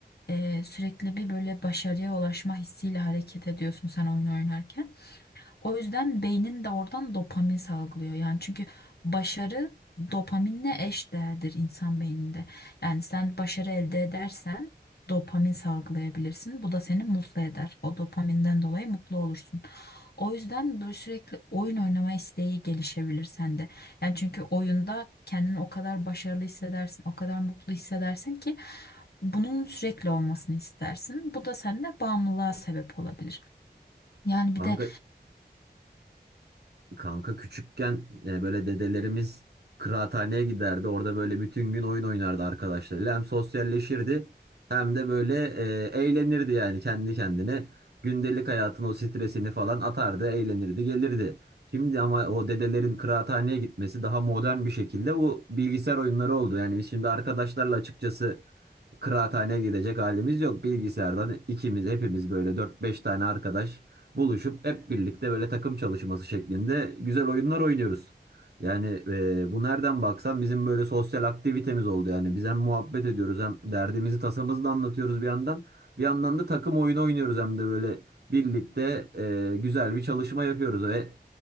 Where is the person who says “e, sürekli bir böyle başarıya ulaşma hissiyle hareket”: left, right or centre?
Left